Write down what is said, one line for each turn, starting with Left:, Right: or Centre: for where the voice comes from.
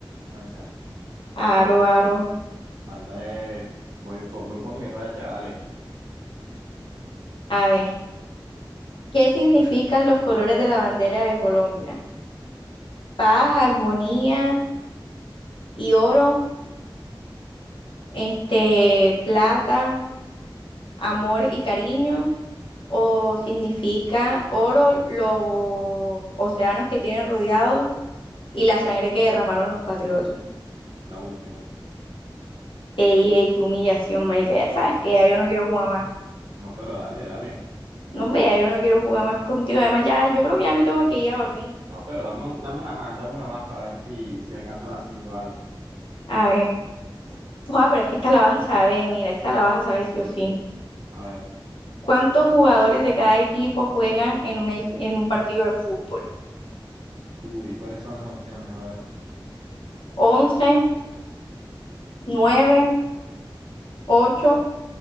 Right: Francia,
Left: Aro, aro.
Right: van tres. Voy, po- voy por mi racha, dale.
Left: A ver, ¿qué significan los colores de la bandera de Colombia? Paz, armonía y oro, este, plata, amor y cariño, o significa oro, los océanos que tienen rodeados y la sangre que derramaron los patriotas.
Right: La última.
Left: Ey, ey, qué humillación, marica. Ya sabes que ya yo no quiero jugar más.
Right: No, pero dale, dale.
Left: No, hombre, ya yo no quiero jugar más contigo. Además, ya, yo creo que ya me tengo que ir a
Right: No,
Left: dormir.
Right: no, pero dame, un- dame una más, dame una más para ver si, si alcanzo las cinco, dale.
Left: A ver. Ojalá, pero es que esta la vas a saber, mira, esta la vas a saber sí o sí.
Right: A ver.
Left: ¿Cuántos jugadores de cada equipo juegan en un, e- en un partido de fútbol?
Right: Uy, ¿cuáles son las opciones? A ver.
Left: once nueve ocho